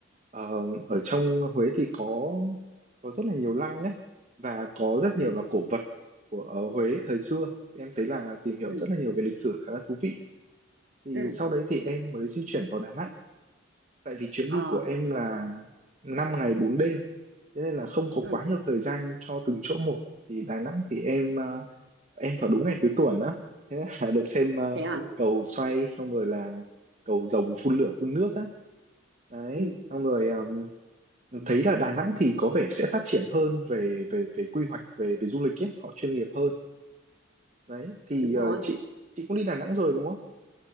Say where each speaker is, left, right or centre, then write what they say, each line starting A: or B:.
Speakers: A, on the right; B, on the right.
A: ờ, ở trong Huế thì có có rất là nhiều lăng đấy và có rất
B: ừ
A: nhiều là cổ vật của ờ, Huế thời xưa em thấy là tìm hiểu
B: ừ
A: rất là nhiều về lịch sử khá là thú vị thì
B: ừ
A: sau đấy thì em mới di chuyển vào Đà Nẵng tại vì chuyến
B: ờ
A: đi của em là năm ngày bốn đêm thế nên là không có
B: ừ
A: quá nhiều thời gian cho từng chỗ một thì Đà Nẵng thì em ờ, em vào đúng ngày cuối tuần á thế nên là được xem ờ,
B: thế à
A: cầu xoay xong rồi là cầu rồng phun lửa phun nước á đấy
B: ừ
A: xong rồi ừm, thấy là Đà Nẵng thì có vẻ sẽ phát triển hơn về về về quy hoạch về về du lịch ấy họ chuyên nghiệp hơn đấy thì
B: đúng
A: ờ,
B: rồi
A: chị chị cũng đi Đà Nẵng rồi đúng không